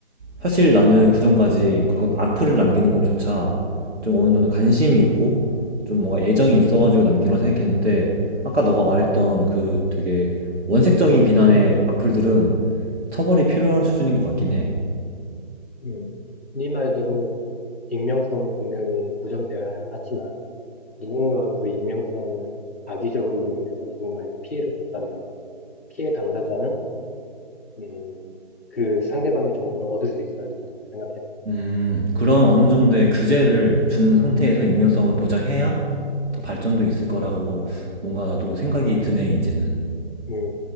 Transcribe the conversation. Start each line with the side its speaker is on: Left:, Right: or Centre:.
Right: 사실 나는 그전까지 그런 악플을 남기는 것조차 좀 어느 정도 관심이 있고 좀 뭔가 애정이 있어가지고 남기는고 생각했는데 아까 너가 말했던 그 되게 원색적인 비난의 악플들은 처벌이 필요한 수준인 것 같긴 해.
Left: 음. 네 말대로 익명성은 분명히 보장되어야 하지만 누군가 그 익명성을 악의적으로 이용해서 누군가에게 피해를 줬다면 피해 당사자는 음, 그 상대방의 정보를 얻을 수 있어야 된다고 생각해 나요.
Right: 음, 그런 어느 정도의 규제를 주는 상태에서 익명성을 보장해야 더 발전도 있을 거라고 뭔가 나도 생각이 드네, 이제는.
Left: 음,